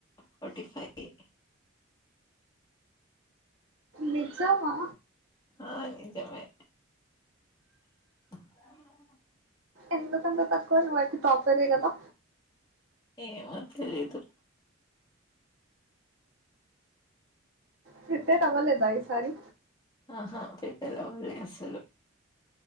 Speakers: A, on the left; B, on the right.
A: ఫర్టీ ఫైవ్
B: నిజమా
A: ఆ నిజమే ఆ
B: ఎందుకంత తక్కువ నువ్వు అయితే తటాపర్ వీ కదా
A: ఎమో థెలిధు
B: ప్రిపేర్ అవ్వలేదా ఈసారి
A: అహా ప్రిపేర్ అవ్వాలేదు అసలు